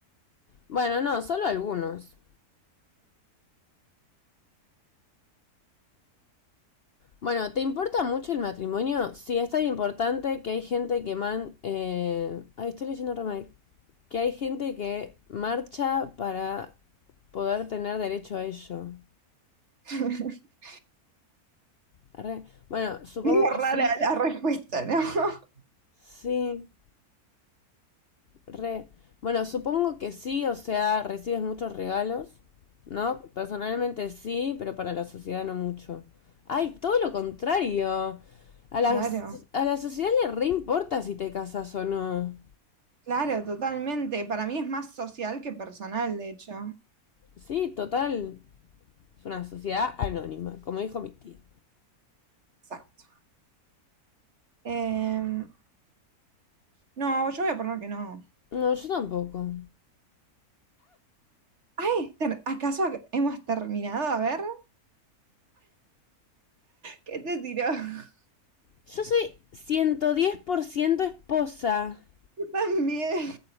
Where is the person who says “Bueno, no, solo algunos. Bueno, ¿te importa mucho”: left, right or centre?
Left